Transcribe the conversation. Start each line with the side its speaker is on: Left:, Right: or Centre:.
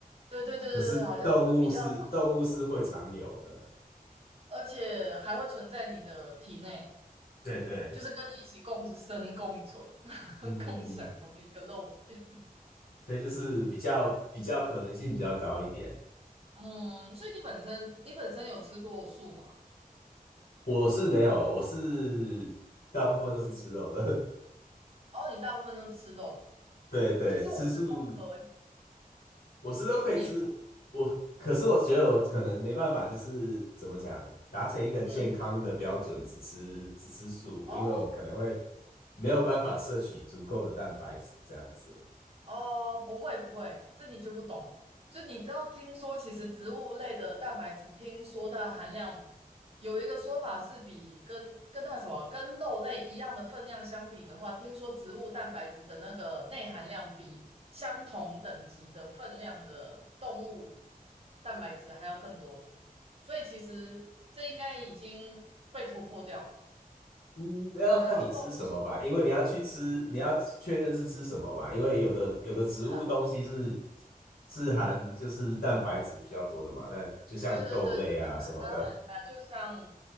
Right: 对对对对对，
Left: 可是动物是动物是会常有的，
Right: 好像是比较少，而且还会存在你的体内，
Left: 对对，
Right: 就是跟你一起共生共存，<laughs>
Left: 嗯嗯嗯，
Right: 共享同一个肉体。
Left: 所以就是比较比较可能性比较高一点。
Right: 嗯，所以你本身你本身有吃过素吗？
Left: 我是没有，我是大部分都是吃肉的。
Right: 哦，你大部分都吃肉的。
Left: <laughs> 对对，
Right: 其实我是都可以，
Left: 吃素我是都可以吃，
Right: 其实你也没有。
Left: 我可是我觉得我可能没办法，就是怎么讲，达成一个健康的标准，
Right: 嗯，
Left: 只吃只吃素，
Right: 哦，
Left: 因为我可能会没有办法摄取足够的蛋白质这样子。
Right: 哦，不会不会，这你就不懂。就你知道，听说其实植物类的蛋白质，听说它的含量有一个说法是比跟跟那个什么跟肉类一样的分量相比的话，听说植物蛋白质的那个内含量比相同等级的分量的动物蛋白质还要更多的。所以其实这应该已经被突破掉了。
Left: 嗯，那要看你吃什么吧，
Right: 你知道有动物性
Left: 因为你要去吃，
Right: 嗯
Left: 你要确认是吃什么嘛，因为有的有的植物东西是
Right: 是啊？
Left: 是含就是蛋白质比较多的嘛，那就像豆类啊什么的。
Right: 对对对对对对，当然，当然，就像